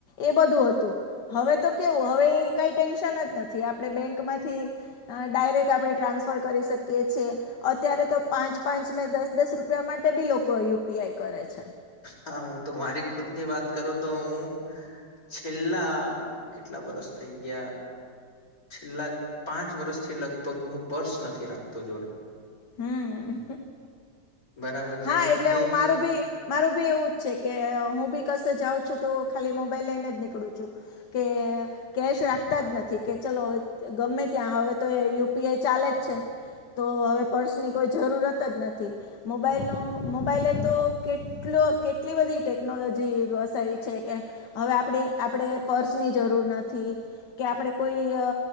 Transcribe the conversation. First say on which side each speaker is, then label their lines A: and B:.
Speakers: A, on the left; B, on the left.
A: એ બધું હતું હવે તો કેવું હવે એ કઈ ટેન્શન જ નથી આપણે બેંકમાંથી અ ડાયરેક્ટ આપણે ટ્રાન્સફર કરી શકીએ છે અત અત્યારે તો પાંચ પાંચ ને દસ દસ રૂપિયા માટે બી લોકો યુપીઆઈ કરે છે
B: હા હું તો મારી ખુદ ની વાત કરું તો હું છેલ્લા કેટલા વરસ થઈ ગયા છેલ્લા પાંચ વર્ષથી લગભગ હું પર્સ નથી રાખતો જોડે
A: હમ્મ
B: બરાબર છે
A: હા
B: કારણ
A: એટલે
B: કે
A: હું મારું બી મારું બી એવું જ છે કે હું બી કસે જાઉં છું તો ખાલી મોબાઈલ લઈને જ નીકળું છું કે કેશ રાખતા જ નથી કે ચાલ ગમે ત્યાં હવે તો એ યુપીઆઈ ચાલે જ છે તો હવે પર્સની કોઈ જરૂરત જ નથી મોબાઈલનો મોબાઈલે તો કેટલો કેટલી બધી ટેકનોલોજી વસાવી છે કે હવે આપ આપણે પર્સની જરૂર નથી કે આપડે કોઈ અ